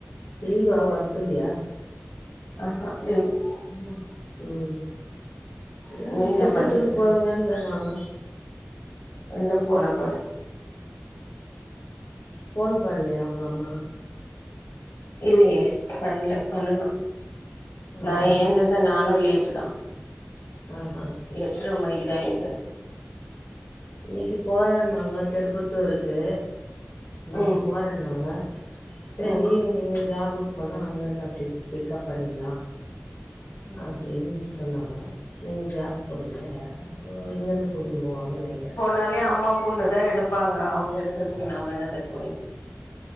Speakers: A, on the left; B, on the left.
A: லீவா ஒர்க் இல்யா
B: அஹா ஏய் ம்
A: ம் ஏ
B: நீ என்ன
A: திருப்பத்தூருக்கு
B: பண்ணிருக்க
A: போவீங்கன் சொன்னாங்க
B: இன்னு போல போல
A: ஃபோன் பண்லையா அவங்க அம்மா
B: இல்லயே பண்ல பண்ணணு
A: ஆ
B: நா எந்தது நானு லேட்டு தா
A: ஆஹா
B: எட்டர மணிக்குதா எந்தே
A: இன்னைக்கு போறதா இருந்தாங்க திருப்பத்தூருக்கு இன்னைக்கு
B: ம்
A: போற தா இருந்தாங்க சரி
B: ம்
A: நீங்க ஜாபுக்கு போனா அங்கருந்து அப்டியே பிக்கப் பண்ணிக்லா
B: ம்
A: அப்டினு சொன்னாங்க நீங்க ஜாப் போலியே அப்போ இங்கருந்து கூட்டுனு போவாங்கன் நெனக்கிறே
B: னாலே அம்மா பொண்ணு தா எடுப்பாங்க அவங்க எடுக்கறதுக்கு நாம என்னத்துக்கு போயி